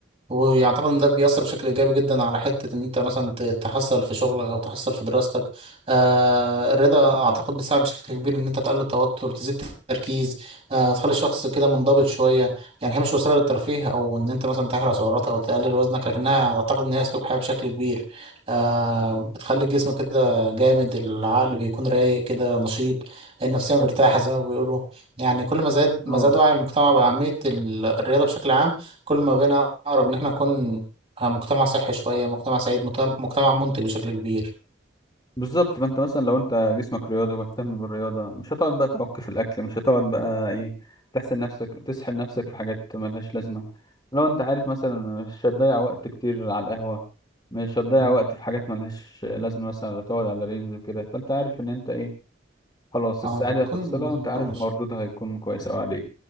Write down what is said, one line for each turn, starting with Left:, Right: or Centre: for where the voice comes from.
Right: ويعتقد ان ده بيأثر بشكل ايجابي جدا على حته ان انت مثلا ت- تحصل في شغلك او تحصل في دراستك آه الرضا اعتقد بيساعد بشكل كبير ان انت تقلل التوتر تزيد التركيز آه تخلي الشخص كده منضبط شويه يعني هي مش وسيله للترفيه او ان انت مثلا تحرق سعرات او تقلل وزنك لكنها اعتقد ان هي اسلوب حياه بشكل كبير آه بتخلي الجسم كده جامد العقل بيكون رايق كده نشيط النفسيه مرتاحه زي ما بيقولوا يعني كل ما زاد
Left: امم
Right: ما زاد وعي المجتمع باهميه ال- الرياضه بشكل عام كل ما بقينا أقرب إن إحنا نكون مجتمع صحي شوية مجتمع سعيد مجتمع مجتمع منتج بشكل كبير
Left: بالظبط ما انت مثلا لو انت جسمك رياضي ومهتم بالرياضة مش هتقعد بقى تعك في الأكل مش هتقعد بقى ايه تحسن نفسك تسحل نفسك في حاجات ملهاش لازمة لو انت عارف مثلا مش هتضيع وقت كتير على القهوة مش هتضيع
Right: مم.
Left: وقت في حاجات ملهاش لازمة مثلا ولا تقعد على ريلز وكده فانت عارف ان انت ايه خلاص
Right: اه
Left: الساعة
Right: بتكون
Left: دي هتفصلها وانت
Right: مطمش
Left: عارف مردودها هيكون كويس اوي عليك